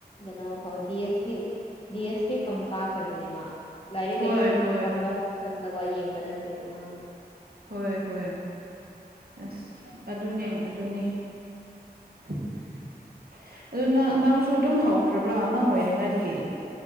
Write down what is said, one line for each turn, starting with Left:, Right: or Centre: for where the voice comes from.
Left: ꯩꯅꯣꯗꯤꯁ ꯄꯤꯗꯤꯁ ꯁꯤ ꯐꯝ ꯀꯥꯈ꯭ꯔꯗꯨꯅꯦ ꯃꯥ ꯂꯥꯏꯔꯤꯛ
Right: ꯍꯣꯏ
Left: ꯀꯩꯁꯨꯝꯕ
Right: ꯍꯣꯏ
Left: ꯇꯝꯗꯕ ꯝꯕ ꯅꯠꯇꯦꯕ ꯃꯥꯦ
Right: ꯍꯣꯏ ꯍꯣꯏ ꯑꯁ ꯑꯗꯨꯅꯦ ꯑꯗꯨꯅꯦ <unintelligible> ꯑꯗꯨ ꯅꯪꯁꯨ ꯑꯗꯨꯝ ꯍꯧꯈ꯭ꯔꯕ꯭ꯔꯥ ꯑꯉꯥꯡ ꯑꯣꯏꯔꯤꯉꯥꯏꯗꯒꯤ